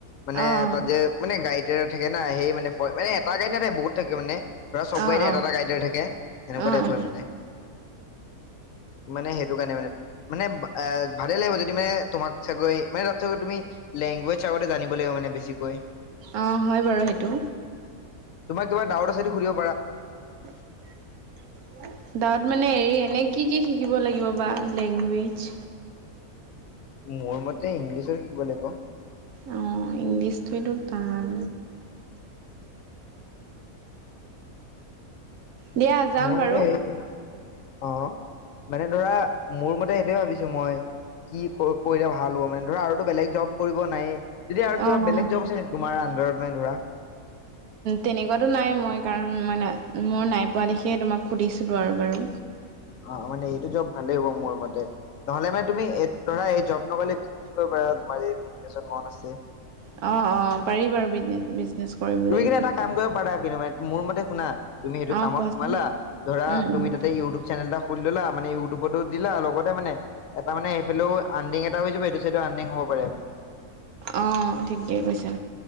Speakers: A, on the left; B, on the right.
A: মানে
B: অ',
A: তাত যে মানে গাইট থাকে না সেই মানে মানে এটা গাই ন তাই বহুত থাকে মানে ধৰা চব
B: অ',
A: গাড়ীতেএটা
B: অ',
A: এটা গাডডৰে থাকে এনেকুৱা
B: অ', অ',
A: টাইপ হয় মানে মানে সেইটো কাৰণে মানে মানে ভালেই লাগিব যদি মানে তোমাক চাগৈ মানে ত চাগৈ তুমি লেংগুৱেজ আগতে জানিব লাগিব মানে বেছিকৈ
B: অ', হয় বাৰু সেইটো
A: তোমাৰ কিবা ডাউট আছে সটো সুৰিব
B: গৱত মানে হেৰি এনে কি কি শ কিব লাগিব বা লেংগুৱেজ
A: মোৰ মতে ইংলিছৰ কি ক লাগিব
B: অ' ইংলিছটোৱো টান দিয়া যাম
A: মোৰ
B: বাৰু
A: মতে সেইটোৱে অ, মানে ধৰা মোৰ মতে সেইটয়ে ভাবিছো মই কি কৰিলে ভাল হ'ব মানে ধৰ আৰুো বেলেগ জব কৰিব নাই যদি আৰু
B: অ',
A: কিবা বেলেগ জব আছে নেকি তোমাৰ আডাৰত মানে ধৰা
B: তেনেকুৱাতো নাই মই কাৰণ মই মোৰ নাই পোৱা দেখিয়ে তোমাক সুধিছিলো আৰু বাৰু।
A: অ, মানে এইটো জব ভালেই হ'ব মোৰ মতে নহলে মানে তুমি এই ধৰা এই জব নক'লে বিজনেছো কৰিব পাৰা তমাৰ মন আছে
B: অ', অ', পাৰি বাৰু বিজনেচ বিজনেচ কৰিবলৈ
A: তুমি কিন্তু এটা কাম কৰিব পাৰা। কি মানে মোৰ মতে শুনা তুমি সেইটো
B: অ'
A: কামত
B: কোৱাচোন
A: সোমালা ধৰা
B: উম,
A: তুমি
B: উম,
A: তাতে ইউটিউব নেল এটা সুুলি ললা মানে ইউটিউবতো দিলা লগতে মানে এটা মানে সেইফালেও আণ্ডং এটা হৈ য সটো চটো আন্দিং হব পাৰে আমি
B: অ' ঠিকেই কৈছা